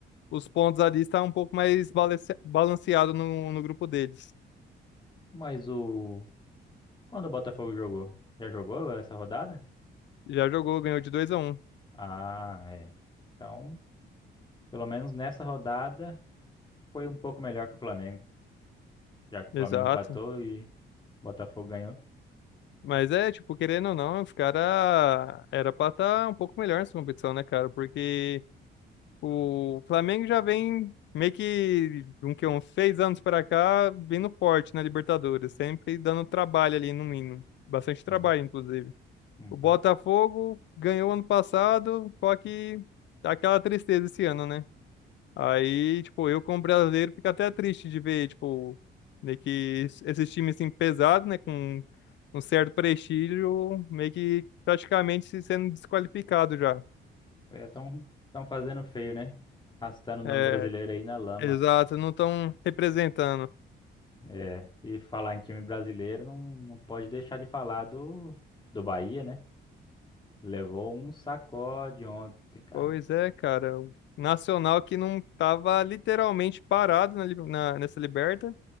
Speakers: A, on the left; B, on the left.
A: os pontos ali estão um pouco mais balance- balanceado no, no grupo deles.
B: Mas o. Quando o Botafogo jogou? Já jogou essa rodada?
A: Já jogou, ganhou de 2 a um.
B: Ah, é. Então, pelo menos nessa rodada. foi um pouco melhor que o Flamengo, já que o
A: Exato.
B: Flamengo empatou e o Botafogo ganhou.
A: Mas é, tipo, querendo ou não, os caras era pra estar um pouco melhor nessa competição, né, cara? Porque O Flamengo já vem meio que um que uns seis anos para cá, vindo forte na Libertadores, sempre dando trabalho ali no mínimo, bastante
B: Sim.
A: trabalho inclusive.
B: Uhum.
A: O Botafogo ganhou ano passado, só que tá aquela tristeza esse ano, né? Aí, tipo, eu como brasileiro fico até triste de ver, tipo, meio que es- esses times assim pesados, né, com um certo prestígio, meio que praticamente se sendo desqualificado já.
B: Estão estão fazendo feio, né? Arrastando o nome
A: É,
B: brasileiro aí na lama.
A: exato, não estão representando.
B: É, e falar em time brasileiro não, não pode deixar de falar do, do Bahia, né? Levou um sacode ontem, cara.
A: Pois é, cara. O Nacional que não tava literalmente parado na, li- na- nessa Liberta,